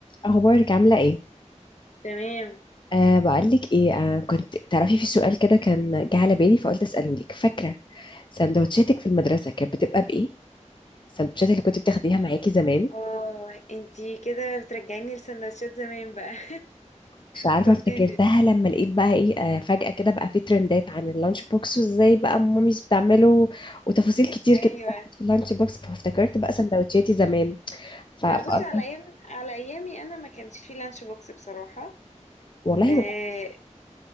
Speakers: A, on the left; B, on the left.
A: اخبارك عامله ايه
B: تمام
A: أه بقولك ايه أه كنت تعرفي في سؤال كده كان جه على بالي فقلت اساله لك فاكره سندوتشاتك في المدرسه كانت بتبقى بايه السندوتشات اللي كنت بتاخديها معاكي زمان
B: اه انتي كده بترجعيني لسندوتشات زمان بقى <laughs>
A: مش عارفه
B: بصي
A: افتكرتها
B: يا ستي
A: لما لقيت بقى ايه أه فجاه كده بقى في ترندات عن اللانش بوكس وازاي بقى ماميز بتعمله وتفاصيل كتير
B: ايوه
A: كده ظهرت في اللانش بوكس فافتكرت بقى سندوتشاتي زمان ف-
B: لا
A: فقلت
B: بصي على ايام على ايامي انا ما كانش في لانش بوكس بصراحه
A: والله
B: اه
A: ولا